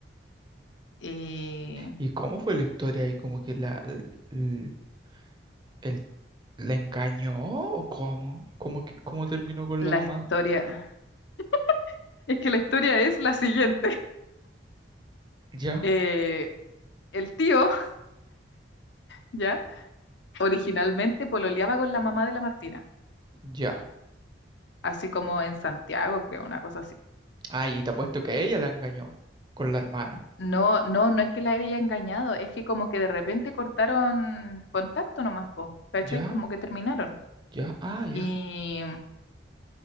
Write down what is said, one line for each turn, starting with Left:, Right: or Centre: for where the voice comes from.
Left: Y
Right: ¿Y cómo fue la historia ahí? ¿Como que la, l- l- el- la engañó o cómo? ¿Cómo, que, cómo terminó con
Left: la
Right: la mamá?
Left: historia, <laughs> es que la historia es la siguiente. <laughs>
Right: Ya,
Left: Eh, el tío, <laughs> ya, originalmente pololeaba con la mamá de la Martina,
Right: ya.
Left: así como en Santiago, creo, una cosa así.
Right: Ah, y te apuesto que ella la engañó con la hermana.
Left: No, no, no es que la haya engañado, es que como que de repente cortaron contacto nomás, po, ¿cachai?
Right: Ya,
Left: Como que terminaron.
Right: ya, ah, ya.
Left: Y